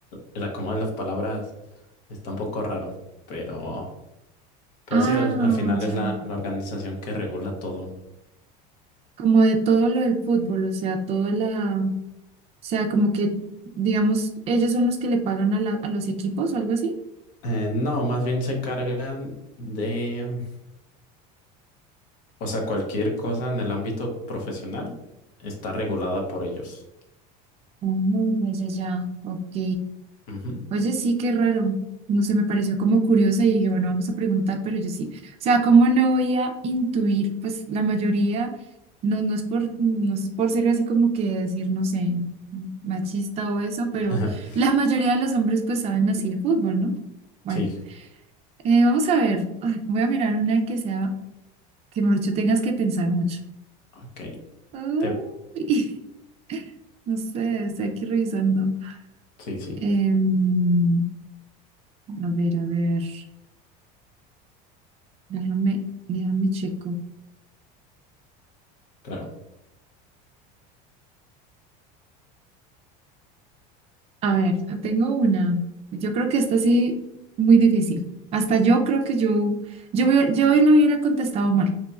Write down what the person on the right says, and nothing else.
ah,
ya.
Como de todo lo del fútbol, o sea, toda la, o sea, como que, digamos, ellos son los que le pagan a la, a los equipos o algo así.
Ah, ya, ya, ya. Ok.
Oye, sí, qué raro. No sé, me pareció como curiosa y dije, bueno, vamos a preguntar, pero yo sí. O sea, ¿cómo no voy a intuir? Pues la mayoría, no, no es por, no es por ser así como que decir, no sé, machista o eso, pero
la mayoría de los hombres pues saben así de fútbol, ¿no? Bueno.
Eh, vamos a ver. Ay, voy a mirar una que sea, que mejor dicho tengas que pensar mucho.
Ay,
<laughs> no sé, estoy aquí revisando.
Em, a ver, a ver. Déjame, déjame checo.
A ver, tengo una. Yo creo que esta sí, muy difícil. Hasta yo creo que yo, yo, hubiera- yo lo hubiera contestado mal.